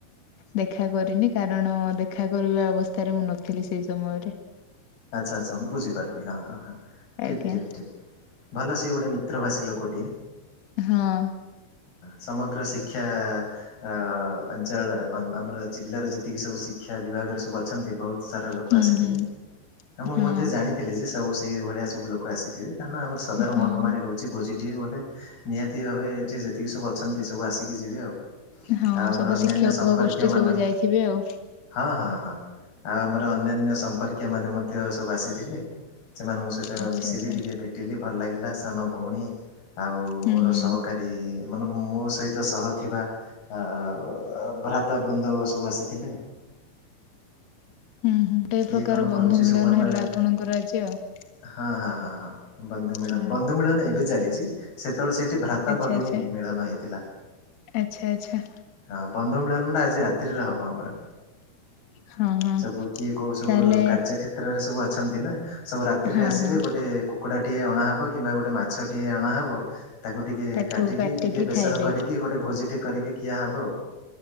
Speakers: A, on the left; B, on the left.
A: ଦେଖା କରିନି କାରଣ ଦେଖା କରିବା ଅବସ୍ଥାରେ ମୁଁ ନଥିଲି ସେଇ ସମୟରେ।
B: ଆଚ୍ଛା ଆଚ୍ଛା ମୁଁ ବୁଝିପାରିଲି ହଁ ହଁ ହଁ ଠିକ୍
A: ଆଜ୍ଞା
B: ଠିକ୍ ଠିକ୍। ଭଲ ସେ ଗୋଟେ ମିତ୍ରଭାଷୀ ଲୋକଟିଏ।
A: ହଁ।
B: ସମଗ୍ର ଶିକ୍ଷା ଅ ଅଞ୍ଚଳ ଆମର ଜିଲ୍ଲାର ଯେତିକି ସବୁ ଶିକ୍ଷା ବିଭାଗରେ ସବୁ ଅଛନ୍ତି ବହୁତ ସାରା ଲୋକ
A: ହୁଁ
B: ଆସିଥିଲେ।
A: ହୁଁ
B: ଆଉ ମୁଁ
A: ହଁ
B: ମଧ୍ୟ ଜାଣିଥିଲି ଯେ ସବୁ ସେଇ ଭଳିଆ ସବୁ ଲୋକ ଆସିଥିବେ କାରଣ ଆମର ସଦର
A: ହଁ
B: ମହକୁମାରେ ହଉଛି। ଛି ଭୋଜି ଟେ ବୋଲେ ନିହାତି ଭାବେ ଯେ ଯେତିକି ସବୁ ଅଛନ୍ତି ସବୁ ଆସିକି ଯିବେ ଆଉ।
A: ହଁ
B: ଆଉ ଆମର
A: ସବୁ
B: ଅନ୍ୟାନ୍ୟ
A: ଶିକ୍ଷକ
B: ସମ୍ପର୍କୀୟ
A: ଗୋଷ୍ଠୀ
B: ମାନ
A: ସବୁ ଯାଇଥିବେ ଆଉ।
B: ହଁ ହଁ ହଁ ଆଉ ଆମର ଅନ୍ୟାନ୍ୟ ସମ୍ପର୍କୀୟ ମାନେ ମଧ୍ୟ ସବୁ ଆସିଥିଲେ। ସେମାନଙ୍କ ସହିତ
A: ଆଚ୍ଛା
B: ମିଶିଲି
A: ଆଚ୍ଛା
B: ଟିକେ ଭେଟିଲି ଭଲ ଲାଗିଲା ସାନ ଭଉଣୀ ଆଉ
A: ହୁଁ
B: ମୋର
A: ହୁଁ
B: ସହକାରୀ ମାନେ ମୋ ସହିତ ସହ ଥିବା ଆ ଭ୍ରତା ବୃନ୍ଦ ସବୁ ଆସିଥିଲେ।
A: ହୁଁ ହୁଁ ଏ
B: କିଏ
A: ପ୍ରକାର
B: କଣ କରୁଛି
A: ବନ୍ଧୁ ମିଳନ
B: ସବୁ ଆମେ
A: ହେଲା ଆପଣଙ୍କର ଆଜି ଆଉ।
B: ହଁ ହଁ ହଁ ହଁ ବନ୍ଧୁ ମିଳନ
A: ହଁ
B: ବନ୍ଧୁ ମିଳନ ଏବେ ଚାଲିଚି। ସେତେବେଳେ ସେଇଠି ଭ୍ରାତା,
A: ଆଚ୍ଛା
B: ଭଗିନୀ
A: ଆଚ୍ଛା
B: ମିଳନ ହେଇଥିଲା।
A: ଆଚ୍ଛା ଆଚ୍ଛା।
B: ହଁ ବନ୍ଧୁ ମିଳନ ଟା ଆଜି ରାତ୍ରିରେ ହବ ଆମର।
A: ହଁ ହଁ
B: ସବୁ କିଏ କୋଉ ସବୁ
A: ତାହେଲେ
B: କାର୍ଯ୍ୟ କ୍ଷେ ତ୍ରରେ ସବୁ ଅଛନ୍ତି ନା ସବୁ ରାତ୍ରିରେ
A: ହଁ
B: ଆସିବେ
A: ହଁ
B: ଗୋଟେ କୁକୁଡ଼ା ଟିଏ ଅଣା ହବ କିମ୍ବା ଗୋଟେ ମାଛଟିଏ ଅଣାହବ। ତାକୁ ଟିକେ
A: ତାକୁ
B: କାଟିକି ଟିକେ ବେସର
A: ଖାଇବେ
B: କରିକି ଗୋଟେ ଭୋଜି ଟିଏ କରିକି ଖିଆ ହବ ଆଉ।